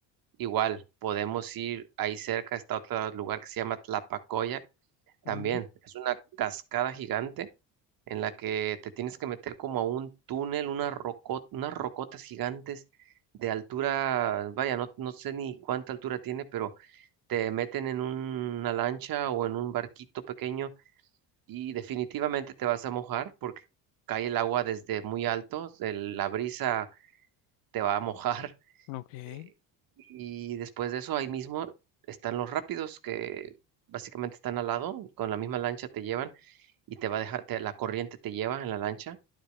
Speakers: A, on the right; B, on the left.
A: Igual, podemos ir ahí cerca, está otro lugar que se llama Tlapacoya. También
B: ujú,
A: es una cascada gigante en la que te tienes que meter como a un túnel, unas roco- unas rocotas gigantes de altura, vaya, no, no sé ni cuánta altura tiene, pero te meten en una lancha o en un barquito pequeño y definitivamente te vas a mojar porque cae el agua desde muy alto, el- la brisa te va a mojar
B: ujú.
A: <laughs>
B: Ok.
A: eh, y después de eso ahí mismo están los rápidos que... Básicamente están al lado, con la misma lancha te llevan y te va a dejar, te- la corriente te lleva en la lancha